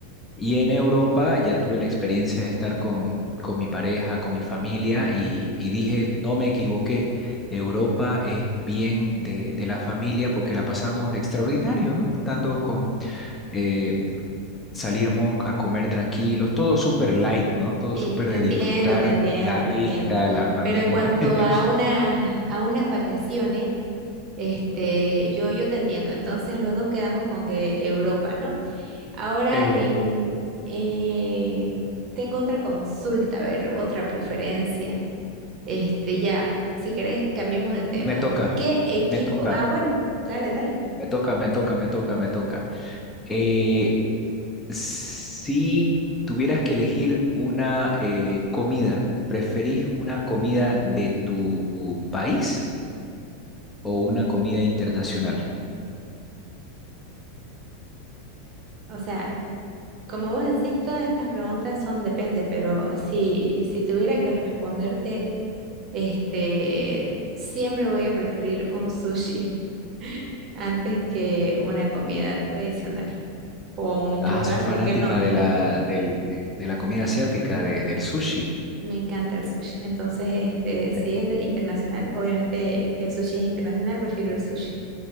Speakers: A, on the left; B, on the right.
A: Y en Europa ya tuve la experiencia de estar con, con mi pareja, con mi familia y, y dije, no me equivoqué, Europa es bien de, de la familia porque la pasamos extraordinario, ¿no? Estando con, eh, salíamos a comer tranquilos, todo súper light, ¿no? Todo
B: sí,
A: súper
B: te
A: de
B: entiendo,
A: disfrutar
B: te entiendo,
A: la vista,
B: te entiendo.
A: la familia.
B: Pero en cuanto
A: <laughs>
B: a una, a unas vacaciones, este, yo, yo te entiendo. Entonces los dos quedamos con que Europa, ¿no? Ahora
A: Europa.
B: em, eh, tengo otra consulta, a ver, otra preferencia. Este, ya, si querés, cambiemos de tema.
A: Me toca,
B: ¿Qué equipo?
A: me toca,
B: Ah, bueno, dale, dale.
A: me toca, me toca, me toca, me toca. Eh, Si tuvieras que elegir una eh, comida, ¿preferís una comida de tu país o una comida internacional?
B: O sea, Como vos decís, todas estas preguntas son depende, pero si, si tuviera que responderte, este, siempre voy a preferir un sushi <laughs> antes que una comida tradicional o un
A: Ah,
B: churrasco
A: sos fanática
B: que no es.
A: de la, del- del- de la comida asiática, de- del sushi.
B: Me encanta el sushi. Entonces, este, si
A: <laughs>
B: es internacional, obviamente el sushi es internacional, prefiero el sushi.